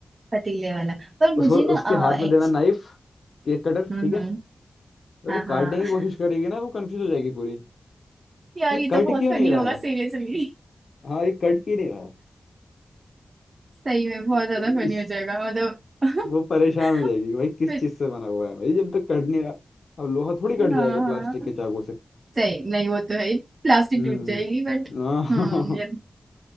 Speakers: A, on the right; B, on the left.
A: पतीले वाला पर
B: उसको
A: मुझे
B: उसके
A: ना
B: हाथ में
A: एक्च
B: देना नाइफ केक कटर
A: हम्म
B: ठीक है
A: हम्म
B: जब
A: हाँ
B: वो
A: हाँ
B: काटने की कोशिश करेगी ना वो कंफ्यूज हो जाएगी पूरी
A: यार
B: ये
A: ये
B: कट
A: तो बहुत
B: क्यों
A: फनी
B: नहीं रहा
A: होगा
B: है
A: सीरियसली
B: हाँ ये कट क्यों नहीं रहा
A: सही में बहुत
B: है
A: ज्यादा फनी
B: इस
A: हो जाएगा मतलब <laughs>
B: वो परेशान हो जाएगी भाई किस
A: फिर-
B: चीज से बना हुआ है भाई जब तक कट नहीं रहा अब लोहा थोड़ी कट
A: हाँ
B: जाएगा
A: हाँ
B: प्लास्टिक के चाकू से
A: सही नहीं वो तो है प्लास्टिक
B: हम्म
A: टूट जाएगी बट
B: हाँ,
A: हम्म ये